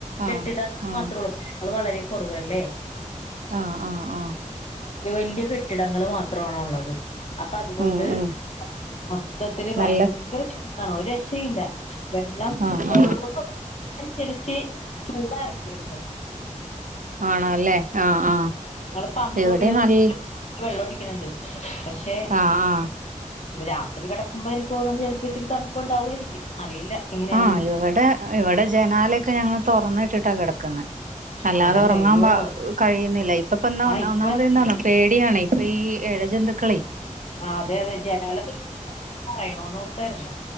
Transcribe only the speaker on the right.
ആ
ആ
ആഹ് ആഹ് ആഹ്.
ഉം ഉം
നല്ല
ആ
ആ ആ
ആണല്ലേ ആഹ് ആഹ്.
ഇവിടെ
നല്ല
ആഹ് ആഹ്
ആഹ് ഇവിടെ ഇവിടെ ജനാലെക്കെ ഞങ്ങള് തൊറന്നിട്ടിട്ട കെടക്കുന്നേ അല്ലാതെ
ഒറങ്ങാൻ
പ കഴിയുന്നില്ല ഇപ്പപ്പ ഒന്നാ
ഒന്നാമത് എന്താന്ന. പേടിയാണ് ഇപ്പ ഈ എഴജന്തുക്കളെ.